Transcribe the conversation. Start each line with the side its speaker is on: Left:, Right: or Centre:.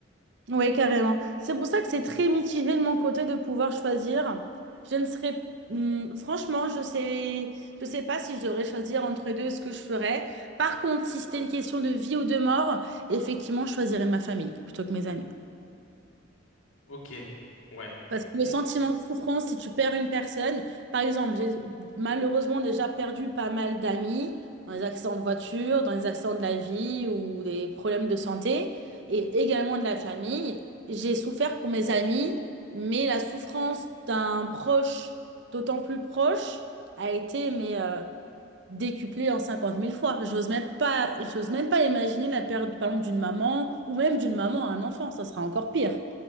Right: Oui, carrément. C'est pour ça que c'est très mitigé de mon côté de pouvoir choisir. Je ne serais, hum, franchement, je sais, je sais pas si je devrais choisir entre les deux ce que je ferais. Par contre, si c'était une question de vie ou de mort, effectivement, je choisirais ma famille plutôt que mes amis.
Left: Ok. Ouais.
Right: Parce que le
Left: Ok.
Right: sentiment de souffrance, si tu perds une personne, par exemple, j'ai malheureusement déjà perdu pas mal d'amis dans les accidents de voiture, dans les accidents de la vie ou des problèmes de santé, et également de la famille. J'ai souffert pour mes amis, mais la souffrance d'un proche, d'autant plus proche, a été mais, euh, décuplée en cinquante mille fois. J'ose même pas, j'ose même pas imaginer la perte, par exemple, d'une maman ou même d'une maman à un enfant, ça sera encore pire. <laughs>